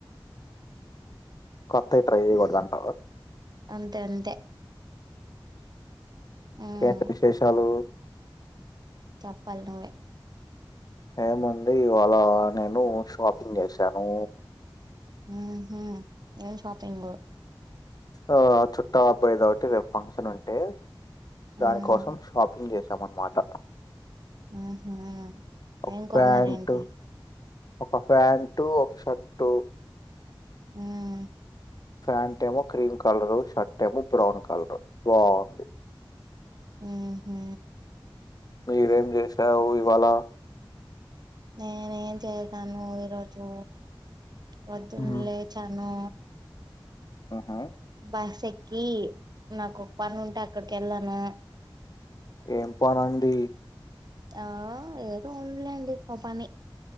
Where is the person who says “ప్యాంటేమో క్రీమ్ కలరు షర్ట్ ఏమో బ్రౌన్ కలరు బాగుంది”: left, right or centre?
Left